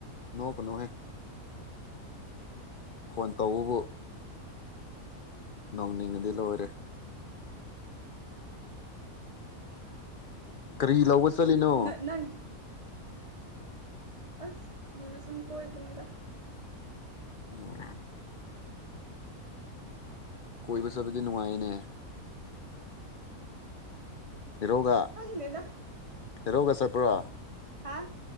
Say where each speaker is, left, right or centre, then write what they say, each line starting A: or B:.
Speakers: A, on the left (about 55°); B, on the right (about 25°).
A: ꯅꯣꯛꯀꯅꯨꯍꯦ ꯐꯣꯟ ꯇꯧꯕꯕꯨ ꯅꯣꯡꯅꯤꯡꯑꯗꯤ ꯂꯣꯏꯔꯦ ꯀꯔꯤ ꯂꯧꯕ ꯆꯠꯂꯤꯅꯣ
B: ꯅ ꯅꯪ ꯑꯁ ꯆꯨꯝꯅ ꯁꯨꯝ ꯀꯣꯏꯕꯅꯤꯗ
A: ꯑꯣ ꯀꯣꯏꯕ ꯆꯠꯕꯗꯤ ꯅꯨꯡꯉꯥꯏꯅꯦ ꯍꯦꯔꯣꯒ
B: ꯑꯁ ꯈꯪꯗꯦꯗ
A: ꯍꯦꯔꯣꯒ ꯆꯠꯄ꯭ꯔꯣ
B: ꯍꯥ